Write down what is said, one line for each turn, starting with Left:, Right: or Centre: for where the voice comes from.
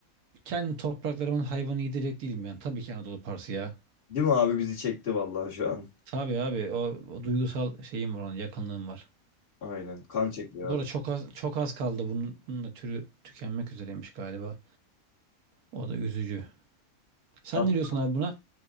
Right: kendi topraklarımın hayvanı yedirecek değilim yani. Tabii ki Anadolu Parsı ya.
Left: Değil mi abi bizi çekti vallahi şu an.
Right: Tabii abi o, o duygusal şeyim var onun yakınlığım var.
Left: Aynen kan çekiyor
Right: Bu arada
Left: abi.
Right: çok az, çok az kaldı. Bunun, bunun da türü tükenmek üzereymiş galiba. O da üzücü. Sen
Left: At-
Right: ne diyorsun abi buna?